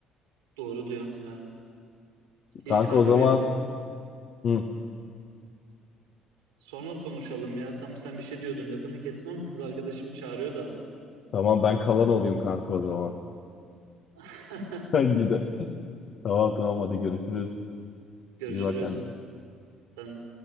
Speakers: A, on the right (about 80°); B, on the left (about 55°).
A: doğru diyorsun ya. İyi
B: Kanka
A: kanka
B: o zaman
A: benim kız
B: hı,
A: sonra konuşalım ya. Tam sen bir şey diyordun lafını kestim ama kız arkadaşım çağırıyor da.
B: tamam ben kalan olayım kanka o zaman.
A: <laughs>
B: <laughs> Sen gide. Tamam tamam hadi görüşürüz.
A: Görüşürüz.
B: İyi bak kendine.
A: Sen de.